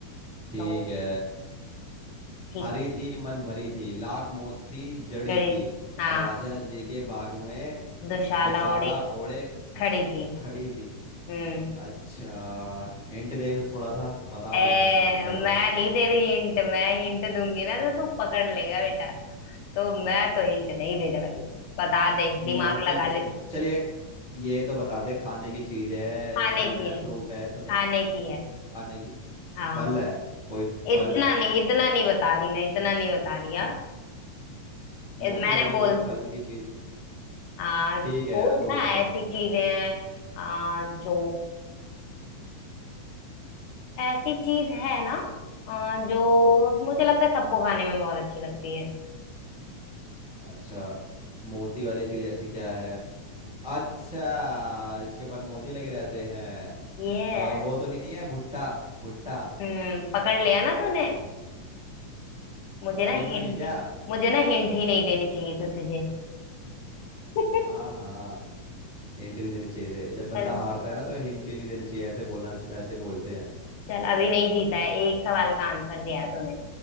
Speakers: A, in the centre; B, on the left (about 75°).
A: ठीक
B: तो
A: है
B: ठीक
A: हरी थी मन भरी थी लाख मोती जड़ी
B: खड़ी
A: थी
B: थी हाँ
A: राजा जी के बाग में
B: दुशाला
A: दुशाला
B: ओढ़े
A: ओढ़े
B: खड़ी
A: खड़ी
B: थी
A: थी
B: हम्म
A: अच्छा हिंट दे तो थोड़ा सा बता
B: ए
A: दूंगा इसका आंसर तुम्हें
B: मैं नहीं दे रही हिंट मैं हिंट दूंगी ना तो तू पकड़ लेगा बेटा तो मैं तो हिंट नहीं देने वाली बता दे दिमाग
A: मोती
B: लगा
A: किस
B: ले
A: मत चलिए ये तो बता दे खाने की चीज है या
B: खाने
A: फल
B: की
A: है फ्रूट
B: है
A: है तो तो-
B: खाने की है
A: खाने की
B: हाँ
A: फल है कोई
B: इतना
A: फल है
B: नहीं इतना नहीं बता रही मैं इतना नहीं बता रही हाँ इ-
A: मोती
B: मैंने
A: वाली
B: बोल
A: कोई फल की चीज
B: हाँ
A: ठीक
B: सोच
A: है मैं सोच
B: ना
A: रहा
B: ऐसी
A: हूँ
B: चीजें हैं आ, जो ऐसी चीज है ना आ, जो मुझे लगता है सबको खाने में बहुत अच्छी लगती है
A: अच्छा मोती वाली चीज ऐसी क्या है अच्छा जिसके ऊपर मोती लगे रहते हैं
B: ये
A: अ,
B: है।
A: वो तो नहीं है भुट्टा भुट्टा
B: हम्म पकड़ लिया ना तूने मुझे
A: पकड़ूंगा
B: ना हिंट
A: नहीं क्या
B: मुझे ना हिंट ही नहीं देनी चाहिए थी तुझे <laughs>
A: हाँ हाँ हिंट नहीं देने चाहिए थे जब बंदा
B: चल
A: हारता
B: चल
A: है ना तो हिंट ही नहीं देने चाहिए ऐसे बोलना च- वैसे बोलते हैं
B: चल अभी नहीं जीता है एक सवाल का आंसर दिया है तूने